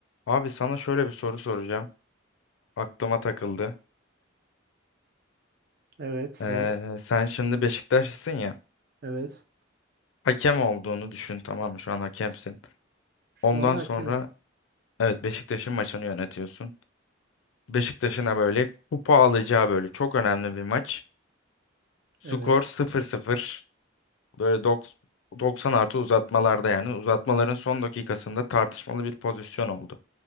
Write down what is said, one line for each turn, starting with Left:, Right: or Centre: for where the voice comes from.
Left: Abi sana şöyle bir soru soracağım. Aklıma takıldı.
Right: Evet sor.
Left: Ee, sen şimdi Beşiktaşlısın ya.
Right: Evet.
Left: Hakem olduğunu düşün tamam mı? Şu an hakemsin.
Right: Şu
Left: Ondan
Right: an hakemim.
Left: sonra evet Beşiktaş'ın maçını yönetiyorsun. Beşiktaş'ına böyle kupa alacağı böyle çok önemli bir maç. Skor
Right: Evet.
Left: sıfır sıfır Böyle dok- 90 artı uzatmalarda yani. Uzatmaların son dakikasında tartışmalı bir pozisyon oldu